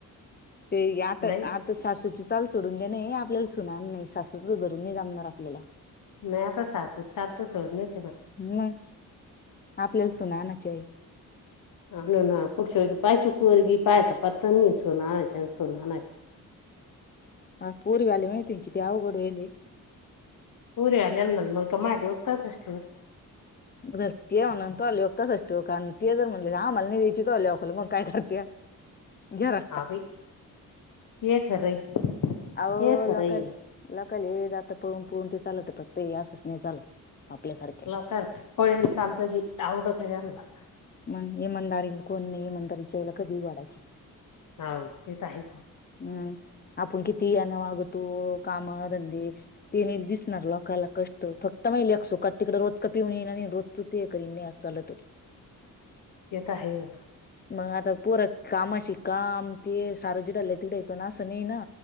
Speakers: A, on the left; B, on the left.
A: ते आता,
B: नाही
A: आता सासूची चाल सोडून दे्याणे आपल्याला सुना नाही सासूचं तर धरून नाही जमणार आपल्याला.
B: नाही आता सासू चाल तर सोडणी --
A: मग आपल्याला सुना आणायच्या हैत.
B: आम ना पुढच्या व पाय तू पोरगी पायता पत्ता नाही सुना आणायच्या अन् सुना आणायच्या. <inaudible>
A: हा <unintelligible> माहिती किती अवघड व्हायलय.
B: पुरी याल्या मग तर माझ्या <unintelligible>
A: उद ते म्हणून त्यो ल्योक तसाच ठिवू का ते जर म्हणले आम्हाला नि द्यायची तूया लेकाला मग काय करत्या. घरात
B: हा
A: <inaudible>
B: बाई ये खरं आहे,
A: आओ
B: ये खरं
A: लोकाला,
B: आहे.
A: लोकाला. काले जात पळून पळून ते चालत फक्त असंच नाही चालत. आपल्यासारख्या
B: लोकांना पळेल चालतं जी आवडत आहे यांना
A: मण इमाणदारील -- कोण नाही म्हणुनतर कधी वाडाचे
B: हाव तेे तर हाईच.
A: ह आपण किती यान वागतो काम धं द ते नाही दिसणार लोकाला कष्ट फक्त माई लेक -- तिकडे रोज का पिऊन येणार आणि रोजच ते करीन नाही चालत.
B: ते तर आहे बाबा.
A: मग आता पोर कामाशी काम ते सारं जिडला तिडाई पण असं नाही ना.